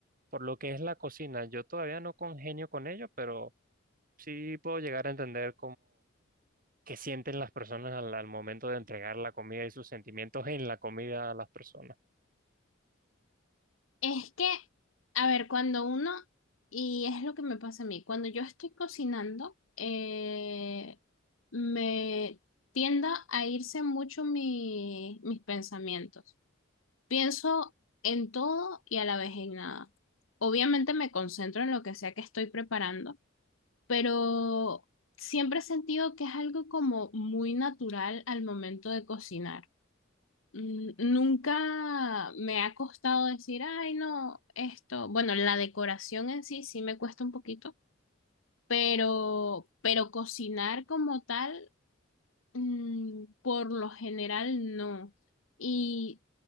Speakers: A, on the right; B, on the left.
A: por lo que es la cocina. Yo todavía no congenio con ello, pero sí puedo llegar a entender qué sienten las personas al, al momento de entregar la comida y sus sentimientos en la comida a las personas.
B: Es que, a ver, cuando uno, y es lo que me pasa a mí, cuando yo estoy cocinando, eh, me tienda a irse mucho mi- mis pensamientos. Pienso en todo y a la vez en nada. Obviamente me concentro en lo que sea que estoy preparando, pero siempre he sentido que es algo como muy natural al momento de cocinar. Mm, Nunca me ha costado decir, ay, no, esto, bueno, la decoración en sí sí me cuesta un poquito, pero, pero cocinar como tal, mm, por lo general no. Y